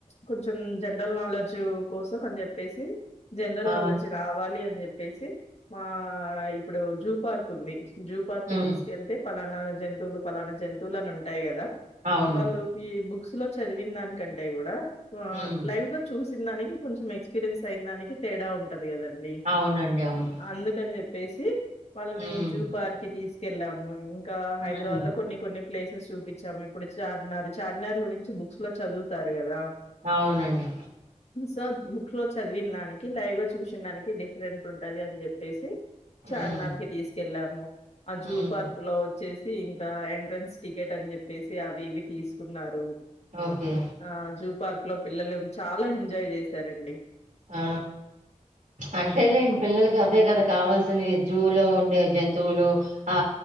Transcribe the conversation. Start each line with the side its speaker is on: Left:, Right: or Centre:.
Left: కొంచెం జనరల్ నాలెడ్జ్ కో కోసం అని చెప్పేసి జనరల్
Right: ఆ
Left: నాలెడ్జ్ రావాలి అని చెప్పేసి మా ఇప్పుడు జూ పార్క్ ఉంది జూ పార్ కి
Right: ఉమ్
Left: తీసుకెళ్తే పలానా జంతువులు పలానా జంతువులు అని ఉంటాయి కదా
Right: అవును
Left: వాళ్ళుకి బుక్స్ లో చదివిన దానికంటే కూడా వా
Right: ఉమ్
Left: లైవ్ గా చూసి సిందానికి కొంచం ఎక్స్పీరియన్స్ అయిన దానికి తేడా ఉంటుది ది కద అండి
Right: అవునండి అవును
Left: అందుకని చెప్పేసి వాళ్ళని
Right: ఉమ్
Left: జూ పార్ కి థిస్ కెళ్ళాము ఇంకా హైదరాబాద్
Right: ఉమ్
Left: లో కొన్ని కొన్ని ప్లేసెస్ చూపించాము ఇప్పుడు చార్మినార్ చార్మినార్ గురించి బుక్స్ లో చదువుతారు కదా
Right: అవునండి
Left: సో బుక్ లో చదివిన దానికి లైవ్గా చూసిన దానికి డిఫరెంట్ ఉంటది అని చెప్పేసి చార్మినార్
Right: ఉమ్
Left: కి తీసుకెళ్ళాము ఆ జూ
Right: ఉమ్
Left: పార్క్ లో వచ్చేసి ఇంకా ఎంట్రన్స్ టికెట్ అని చెప్పేసి అవి ఇవి తీసుకున్నారు
Right: ఓకే
Left: ఆ జూ పార్క్ లో పిల్లలు చాలా ఎంజాయ్ చేశారండి
Right: ఆ అంటే లేన్ డి పిల్లలకి గవ్వే కద కావాల్సినవి జూలో ఉండే జంతువులు ఆ